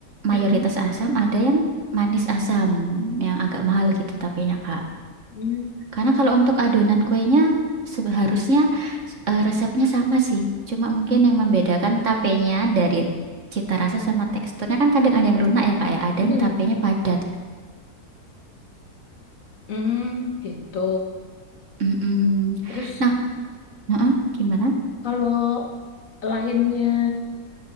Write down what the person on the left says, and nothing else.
mm,
mm,
mm,
mm,
mm, gitu
terus
kalau lainnya